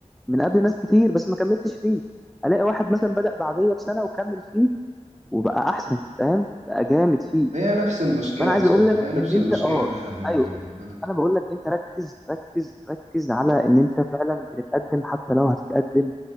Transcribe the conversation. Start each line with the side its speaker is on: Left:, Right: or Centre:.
Centre: من قبل ناس كتير بس ما كملتش فيه الاقي واحد مثلا بدأ بعديا بسنه وكمل فيه وبقى احسن فاهم بقى جامد فيه
Right: هي نفس المشكله
Centre: فانا عايز
Right: يا صاحبي
Centre: اقول لك
Right: ما هي نفس
Centre: ان
Right: المشكله
Centre: انت اه
Right: اللي احنا بن...
Centre: ايوه
Right: بن...
Centre: انا بقول لك انت ركز ركز ركز على ان انت فعلا بتتقدم حتى لو هتتقدم